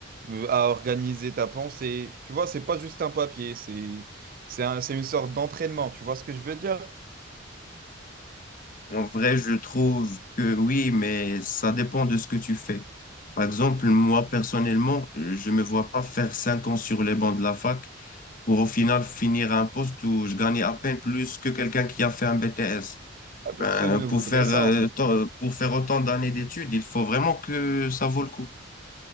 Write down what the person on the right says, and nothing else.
euh, à organiser ta pensée. Tu vois, c'est pas juste un papier, c'est, c'est un- c'est une sorte d'entraînement, tu vois ce que je veux dire?
La personne
ne
voudrait
ça.